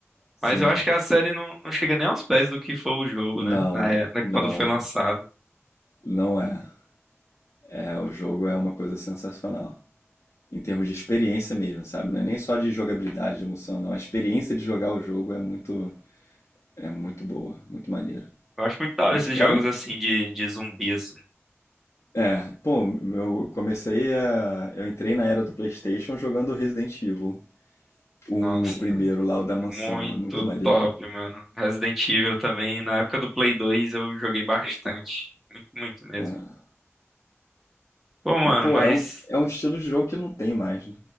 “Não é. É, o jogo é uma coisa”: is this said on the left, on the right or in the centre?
Left